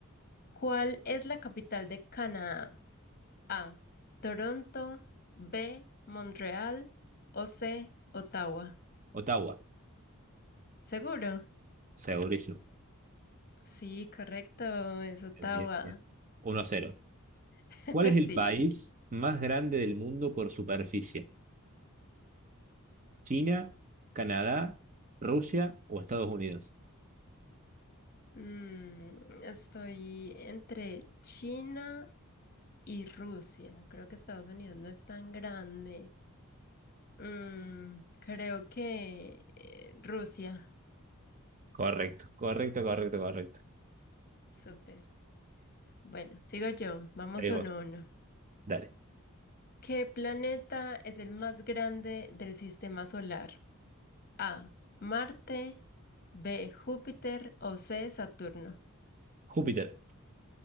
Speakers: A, on the left; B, on the right.
A: ¿Cuál es la capital de Canadá? A. Toronto. B. Montreal. O C. Ottawa.
B: Ottawa,
A: ¿Seguro?
B: segurísimo.
A: Sí, correcto. Es Ottawa.
B: Bien, bien, bien. 1 a cero.
A: <laughs>
B: ¿Cuál es
A: Sí.
B: el país más grande del mundo por superficie? ¿China, Canadá, Rusia o Estados Unidos?
A: Mm, estoy entre China y Rusia. Creo que Estados Unidos no es tan grande. Mm, creo que eh, Rusia.
B: Correcto, correcto, correcto, correcto.
A: Súper. Bueno, sigo yo. Vamos
B: Seguís
A: uno
B: vos.
A: a uno.
B: Dale.
A: ¿Qué planeta es el más grande del sistema solar? A. Marte. B. Júpiter. O C. Saturno.
B: Júpiter,